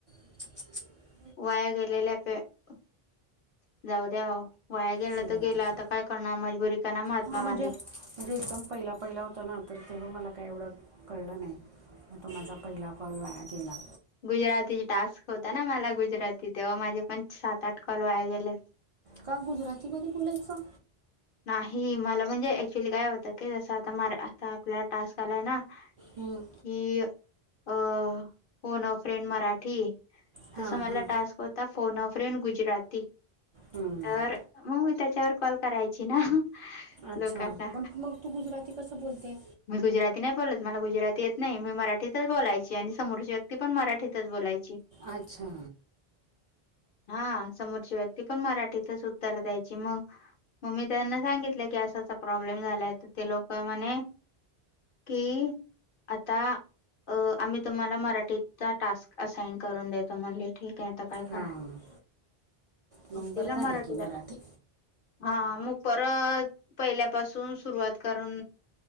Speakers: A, on the right; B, on the left.
A: छृछृछृ <unintelligible>
B: वाया गेलेल्या पे <inaudible> जाऊ द्या ओ, वाया गेलं
A: सुरुवातीचा
B: तर गेलं आता काय करणार, मजबुरीचा नाम महात्मा
A: हां म्हणजे
B: गांधी.
A: म्हणजे एकदम पहिला, पहिला होतं ना, तर तेव्हा मला काय एवढं कळलं नाही. मग तो माझा पहिला कॉल वाया गेला.
B: गुजरातीच टास्क होता ना मला गुजराती, तेव्हा माझे पण सात आठ कॉल वाया गेले.
A: का गुजराती मध्ये बोलायचां?
B: नाही मला म्हणजे ऍक्च्युली काय होतं क जसं आता म आता आपल्याला टास्क आलाय ना
A: हम्म.
B: कि अ फोन अ फ्रेंड मराठी
A: हां
B: तस
A: हां
B: मला टास्क हो ता फोन अ फ्रेंड गुजराती
A: हम्म,
B: तर मग मी त्याच्यावर कॉल करायची ना.
A: अच्छा!
B: लोकांना
A: पण मग तू गुजराती कसं बोलते?
B: मी गुजराती नाही बोलत, मला गुजराती येत नाही, मी मराठीतच बोलायची, आणि समोरची व्यक्ती पण मराठीतच बोलायची.
A: अच्छा!
B: हा, समोरची व्यक्ती पण मराठीतच उत्तर द्यायची, मग मग मी त्यांना सांगितलं की असा प्रॉब्लेम झालाय तर ते लोक म्हणे कि आता अ आम्ही तुम्हाला मराठीचा टास्क असाइन करून देतो म्हणले ठीक आहे आता काय
A: हां
B: करा.
A: मग बरं
B: तिला
A: झालं
B: मराठीचा
A: की मराठी.
B: हा मग परत पहिल्यापासून सुरुवात करून